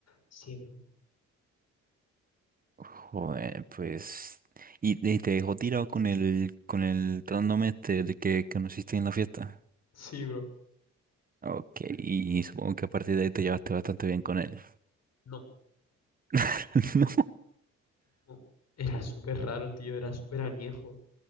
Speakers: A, on the left (about 60°); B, on the right (about 30°).
A: Sí, bro.
B: Joder, pues... ¿Y, y te dejó tirado con el, con el trándome este de que que conociste en la fiesta?
A: Sí, bro.
B: Ok, y supongo que a partir de ahí te llevaste bastante bien con él.
A: No.
B: <laughs>
A: no. Era súper raro, tío, era súper añejo.